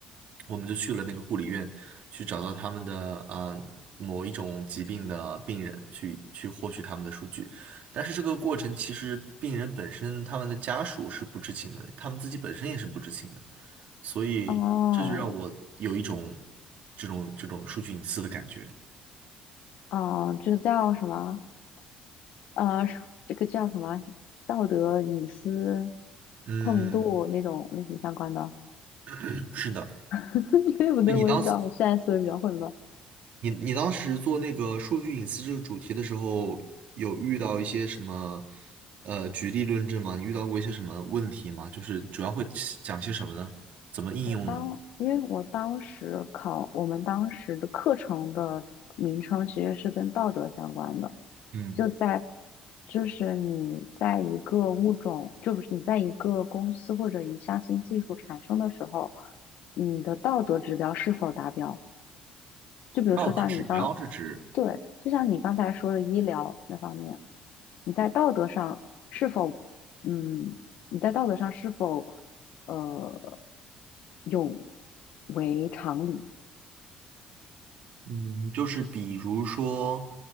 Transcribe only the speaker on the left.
哦，
哦，这个叫什么？呃，是这个叫什么？道德隐私
透明度那种类型相关的，
<laughs> 对不对？
我也不知道，我现在思维比较混乱。
我当，因为我当时考，我们当时的课程的名称其实是跟道德相关的，
就在，就是你在一个物种，就不是你在一个公司或者一项新技术产生的时候，你的道德指标是否达标？就比如说像你刚，
对，就像你刚才说的医疗那方面，你在道德上是否，嗯，你在道德上是否，呃，有违常理？